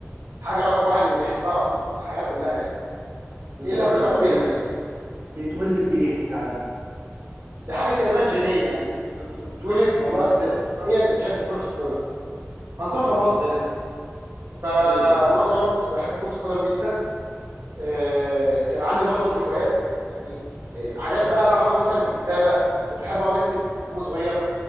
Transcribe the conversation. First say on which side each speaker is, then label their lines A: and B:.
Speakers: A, on the right; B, on the right.
A: حاجة رقم واحد اللي بيحبها اصلا في الحياة كلها يعني
B: بالظبط
A: الا كل
B: اه
A: قليلة
B: بيت...
A: يعني
B: بيتولد بيها عادي
A: دي حاجة تقريبا جينية يعني بت- بت- بتتولد
B: اه
A: اللي
B: آه،
A: هو ت- تلقائيا
B: <laughs>
A: بتحب كرة القدم خاصة
B: بالظبط
A: في مصر يعني فانا
B: ايوه ايوه
A: وانا صغير كنت بحب كرة القدم جدا آه، كان عندي برضه هوايات يعني آه، حاجات بقى لها علاقة مثلا بالكتابة كنت احب اقعد اكتب وانا صغير